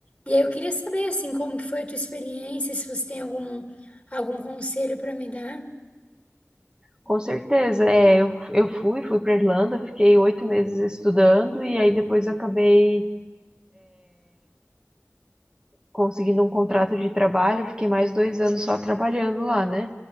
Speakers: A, on the left; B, on the right.
A: E aí eu queria saber, assim, como que foi a tua experiência, se você tem algum, algum conselho para me dar.
B: Com certeza. É, eu, eu fui, fui para Irlanda, fiquei oito meses estudando e aí depois acabei conseguindo um contrato de trabalho, fiquei mais dois anos só trabalhando lá, né?